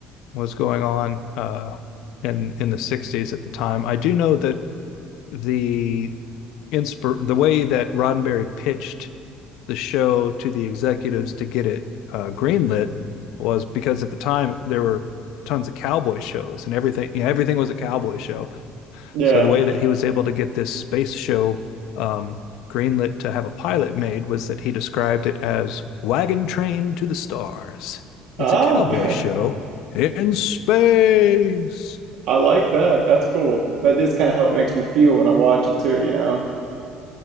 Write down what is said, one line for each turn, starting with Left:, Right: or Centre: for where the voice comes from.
Left: was going on uh, in in the 60s at the time. I do know that the inspir the way that Roddenberry pitched the show to the executives to get it uh, greenlit was because at the time there were tons of cowboy shows and everything yeah, everything was a cowboy show.
Right: Yeah.
Left: So the way that he was able to get this space show um, greenlit to have a pilot made was that he described it as Wagon Train to the Stars. It's
Right: Ah,
Left: a cowboy show
Right: <laughs>
Left: in space.
Right: I like that. That's cool. That is kind of how it makes me feel when I watch it too, you know?